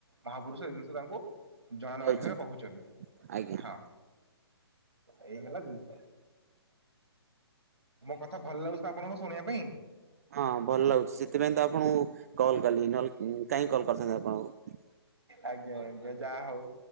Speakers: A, on the right (about 85°); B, on the right (about 35°).
A: ମହାପୁରୁଷ ଏଇ ଜିନିଷ ତାଙ୍କୁ ଜଣାଣ
B: କହିଛନ୍ତି
A: ମାଧ୍ୟମରେ କହୁଛନ୍ତି।
B: ଆଜ୍ଞା
A: ହଁ, ଏଇ ହେଲା ଜିନିଷ। କଥା ଭଲ ଲାଗୁଛିତ ଆପଣଙ୍କୁ ଶୁଣିବା ପାଇଁ।
B: ହଁ ଭଲ ଲାଗୁଛି ସେଥିପାଇଁ ତ ଆପଣଙ୍କୁ କଲ୍ କଲି ନହେଲେ କାଇଁ କଲ୍ କରିଥାନ୍ତି ଆପଣଙ୍କୁ।
A: ଆଜ୍ଞା ଆଜ୍ଞା ଯାହା ହଉ